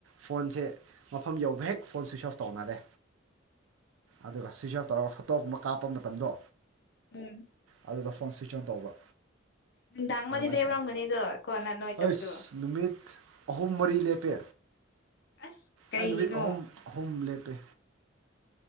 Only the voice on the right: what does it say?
ꯐꯣꯟꯁꯦ ꯃꯐꯝ ꯌꯧꯕ ꯍꯦꯛ ꯐꯣꯟ ꯁꯨꯏꯤꯆ ꯑꯣꯐ ꯇꯧꯅꯔꯦ ꯑꯗꯨꯒ ꯁꯨꯏꯆ ꯑꯣꯞ ꯇꯧꯔꯒ ꯐꯣꯇꯣꯒꯨꯝꯕ ꯀꯥꯞꯄ ꯃꯇꯝꯗꯣ
ꯑꯗꯨꯗ ꯐꯣꯟ ꯁ꯭ꯋꯤꯆ ꯑꯣꯟ ꯇꯧꯕ
ꯑꯗꯨꯃꯥꯏꯅ
ꯇꯧꯋꯦ
ꯑꯩꯁ ꯅꯨꯃꯤꯠ ꯑꯍꯨꯝ ꯃꯔꯤ ꯂꯦꯞ ꯄꯦ
ꯑꯩ ꯅꯨꯃꯤꯠ ꯑꯍꯨꯝ ꯑꯍꯨꯝ ꯂꯦꯞꯄꯦ